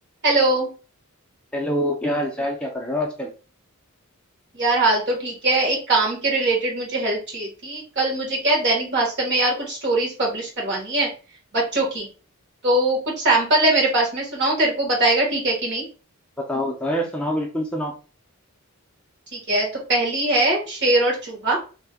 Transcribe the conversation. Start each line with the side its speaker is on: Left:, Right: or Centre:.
Right: Hello
Centre: Hello क्या हाल चाल क्या कर रहे हो आजकल
Right: यार हाल तो ठीक है एक काम के रिलेटेड मुझे हेल्प चाहिए थी कल मुझे क्या है, दैनिक भास्कर में यार कुछ स्टोरीज पब्लिश करवानी है बच्चों की तो कुछ सैंपल है मेरे पास में सुनाऊं तेरे को बताएगा ठीक है कि नहीं
Centre: बताओ बताओ यार सुनाओ बिल्कुल सुनाओ
Right: ठीक है तो पहली है शेर और चूहा